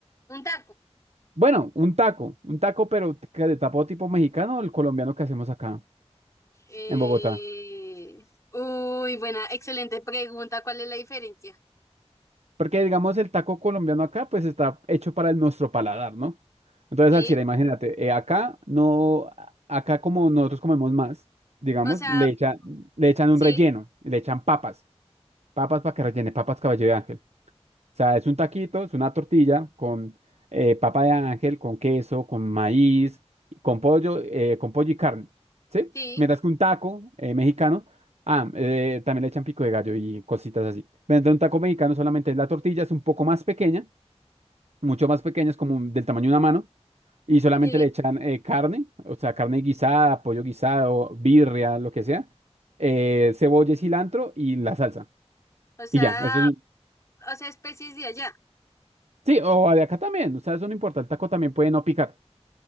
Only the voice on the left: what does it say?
un taco.
Eh...
Uy, buena, excelente pregunta. ¿Cuál es la diferencia?
Sí,
o sea,
sí,
sí.
Sí,
o sea,
o sea, especies de allá.